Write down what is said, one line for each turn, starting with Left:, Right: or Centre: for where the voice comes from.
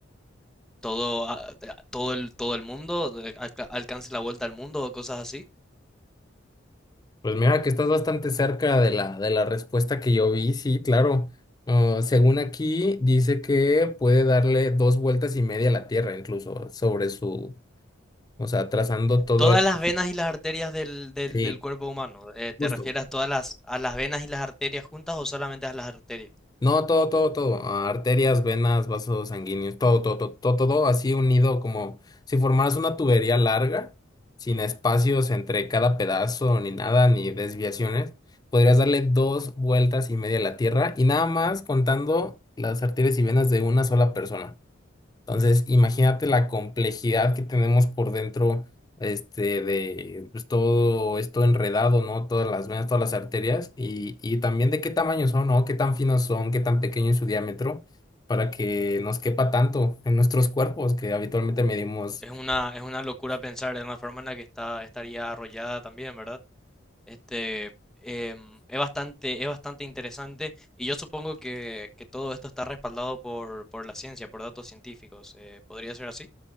Centre: todo, a- todo el, todo el mundo, de- alca- alcance la vuelta al mundo o cosas así.
Left: Pues mira que estás bastante cerca de la, de la respuesta que yo vi, sí, claro. Ah, según aquí, dice que puede darle dos vueltas y media a la Tierra, incluso, sobre su, o sea, trazando todo
Centre: Todas
Left: el...
Centre: las venas y las arterias del, del-
Left: Sí.
Centre: del cuerpo humano. eh, ¿te
Left: Justo.
Centre: refieres a todas las, a las venas y las arterias juntas o solamente a las arterias?
Left: No, todo, todo, todo. ah, Arterias, venas, vasos sanguíneos, todo, todo, todo, todo, todo así unido como si formaras una tubería larga, sin espacios entre cada pedazo, ni nada, ni desviaciones. Podrías darle dos vueltas y media a la Tierra y nada más contando las arterias y venas de una sola persona. Entonces, imagínate la complejidad que tenemos por dentro, este, de pues, todo esto enredado, ¿no? Todas las venas, todas las arterias y, y también de qué tamaño son, ¿no? Qué tan finos son, qué tan pequeño es su diámetro para que nos quepa tanto en nuestros cuerpos que habitualmente medimos.
Centre: Es una, es una locura pensar en la forma en la que está, estaría arrollada también, ¿verdad? Este, em, es bastante, es bastante interesante y yo supongo que, que todo esto está respaldado por, por la ciencia, por datos científicos. eh, ¿podría ser así?